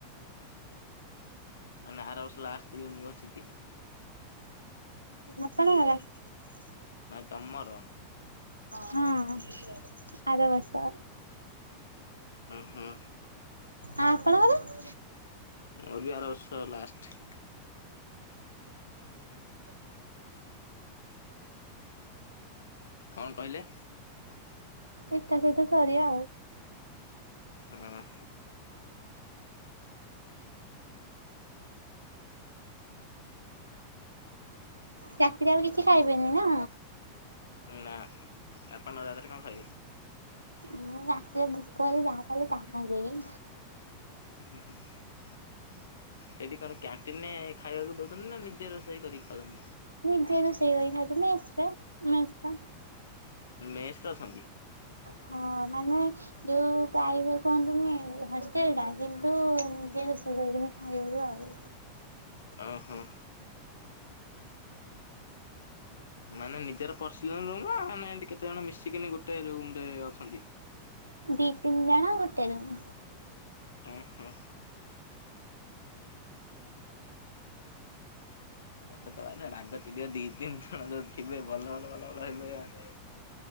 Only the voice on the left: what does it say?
ଆ ଆରବ୍ରସ ଲାଷ୍ଟ ୟୁନିବର୍ସିଟି।
ନାଇଁ ତମର।
ଅ ହଁ
ମୋରବି ଆର ବର୍ଷ ଲାଷ୍ଟ। କଣ କହିଲେ
ହଁ।
ନା ଆପଣ ନ ରାତରେ କଣ ଖାଇିବେ
ହୁଁ ହୁଁ ହୁଁ ସେଠି କଣ କ୍ୟାଣ୍ଟିନ ରେ ଖାଇବାକୁ ଦଉଛନ୍ତି ନା ନିଜେ ରୋଷେଇ କରିକି ଖାଉଛନ୍ତି।
ମେସରେ ଅଛନ୍ତି।
ଓହୋ। ମାନେ ନିଜର ପର୍ସିଲ ରୁମ ନା କେତେ ଜଣ ମିଶିକି ଗୋଟେ ରୁମ ରେ ଅଛନ୍ତି।
ଓହୋ। ମତେ ତ ମାନେ ରାଗ ଚିଡ଼ିବ ଦି ତିନ ଜଣ ଯୋଉ ଥିବେ ବଲ ବଲ ବଲ ହେବେ ମାନେ